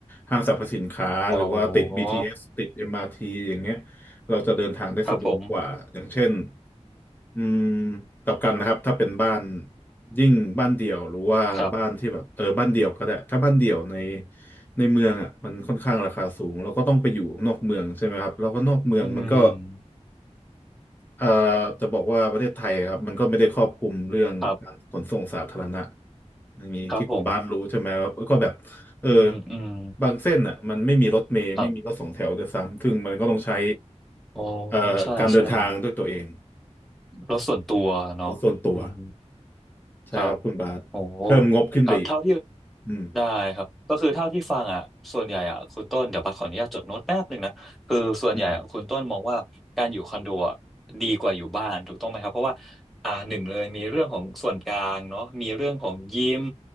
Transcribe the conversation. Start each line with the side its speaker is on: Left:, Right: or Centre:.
Left: ห้างสรรพสินค้าหรือว่าติด
Centre: โอ้
Left: BTS ติด m r ีอย่างเงี้ยเราจะเดินทางได้สะดวกกว่าอย่างเช่น
Centre: ครับผม
Left: อืมกลับกันนะครับถ้าเป็นบ้านยิ่งบ้านเดี่ยวหรือว่าบ้านที่แบบเออบ้านเดี่ยวก็ได้ถ้าบ้านเดี่ยวใน
Centre: ครับ
Left: ในเมืองอ่ะมันค่อนข้างราคาสูงเราก็ต้องไปอยู่นอกเมืองใช่ไหมครับแล้วก็นอกเมืองมันก็
Centre: อืม
Left: เอ่อจะบอกว่าประเทศไทยครับมันก็ไม่ได้ครอบคลุมเรื่องการขนส่งสาธารณะ
Centre: ครับ
Left: อย่างนี้ที่คุณบาสรู้ใช่ไหมครับก็แบบเออ
Centre: ครับผมอืมอืม
Left: บางเส้นอ่ะมันไม่มีรถเมล์ไม่มีรถสองแถวด้วยซ้ำซึ่งมันก็ต้องใช้
Centre: ครับโอ้
Left: เอ่อการเดินทางด้วยตัวเอง
Centre: ใช่ ใช่รถส่วนตัวเนาะอืม
Left: รถส่วนตัว ใช่ครับคุณบาสเพิ่มงบขึ้นไปอีก
Centre: ครับ โอ้ครับเท่าที่
Left: อืม
Centre: ได้ครับก็คือเท่าที่ฟังอ่ะส่วนใหญ่อ่ะคุณต้นเดี๋ยวบัสขออนุญาตจดโน้ตแป๊บหนึ่งนะคือส่วนใหญ่อะคุณต้นมองว่าการอยู่คอนโดอะดีกว่าอยู่บ้านถูกต้องไหมครับเพราะว่าอ่าหนึ่งเลยมีเรื่องของส่วนกลางเนาะมีเรื่องของยิม
Left: อืม